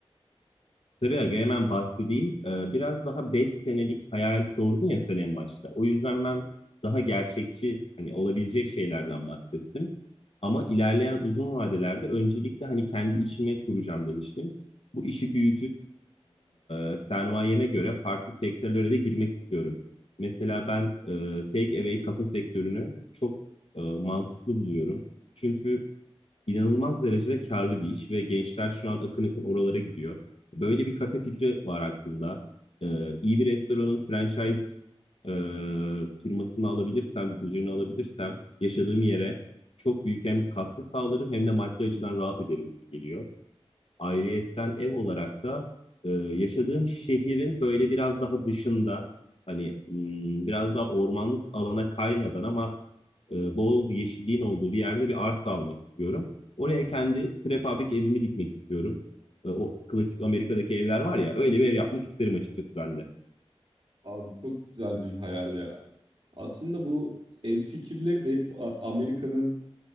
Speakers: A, on the left; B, on the right.
A: Tabii aga hemen bahsedeyim. Ee, biraz daha 5 senelik hayal sordun ya sen en başta. O yüzden ben daha gerçekçi hani olabilecek şeylerden bahsettim. Ama ilerleyen uzun vadelerde öncelikle hani kendi işimi kuracağım demiştim. Bu işi büyütüp e, sermayeme göre farklı sektörlere de girmek istiyorum. Mesela ben e, take away kafe sektörünü çok e, mantıklı buluyorum. Çünkü inanılmaz derecede karlı bir iş ve gençler şu an akın akın oralara gidiyor. Böyle bir kafe fikri var aklımda. Ee, iyi bir restoranın franchise e, firmasını alabilirsem, zincirini alabilirsem yaşadığım yere çok büyük hem katkı sağlarım hem de maddi açıdan rahat ederim gibi geliyor. Ayrıyetten ev olarak da e, yaşadığım şehrin böyle biraz daha dışında hani hmm, biraz daha ormanlık alana kaymadan ama e, bol yeşilliğin olduğu bir yerde bir arsa almak istiyorum. Oraya kendi prefabrik evimi dikmek istiyorum. E, o klasik Amerika'daki evler var ya öyle bir ev yapmak isterim açıkçası ben de.
B: Abi çok güzel bir hayal ya. Aslında bu ev fikirleri de hep A- Amerika'nın